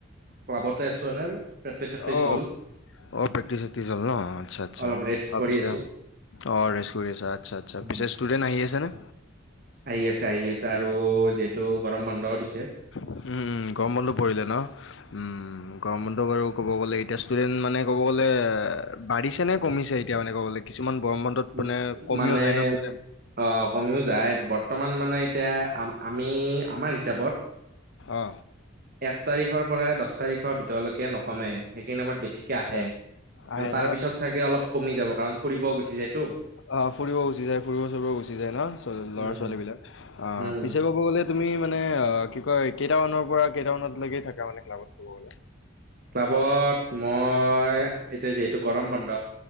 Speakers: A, on the right; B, on the left.
A: ক্লাবতে আছো এনে প্ৰেক্টিচ চেক্টিচ
B: অ
A: হ'ল।
B: অ প্ৰেকটিছ চেকটিছ হল ন আচ্ছা - আচ্ছা
A: অলপ ৰেষ্ট
B: অ
A: কৰি
B: পিছে
A: আছো
B: অ ৰেষ্ট কৰি আছা আটচা- আটচা,
A: উম,
B: পিছে ষ্টুডেন্ট আহি আছে নে?
A: আহি আছে আহি আছে আৰু যিহেতু গৰম বন্ধোও দিছে।
B: উম -উম গৰমৰ বন্ধ পৰিলে ন? উম গৰম বন্ধ বাৰু ক'ব গ'লে এতিয়া ষ্টুডেণ্ট মানে ক'ব গ'লে বাঢ়িছে নে কমিছে এতিয়া? ক এনেকুৱা কবলে কিছুমান গৰম বন্ধত
A: উ
B: মানে কমিও
A: মানে
B: যায় ন ষ্টুডেণ্ট?
A: অ কমিও যায় বৰ্তমান মানে এতিয়া আম আমি আমাৰ হিচাপত
B: অ
A: এক তাৰিখৰ পৰা দহ তাৰিখৰ ভিতৰলৈকে নকমে। সেইখিনি সময়ত বেছিকে
B: আচ্ছা
A: আহে কিন্তু
B: আহে
A: তাৰ
B: ন
A: পিছত চাগে অলপ কমি যাব কাৰণ ফুৰিব গুচি যায় টো।
B: অ ফুৰিব গুচি যায় ফুৰিব চুৰিব গুচি যায় ন চ ল'ৰা
A: উম
B: ছোৱালী বিলাক অ
A: উম
B: পিছে ক'ব গ'লে তুমি মানে অ কি কয় কেইটামানৰ পৰা কেইটামানত লকে থাকা মানে ক্লাবত থব গলে।
A: ক্লাবত মই এতিয়া যিহেতু গৰম বন্ধ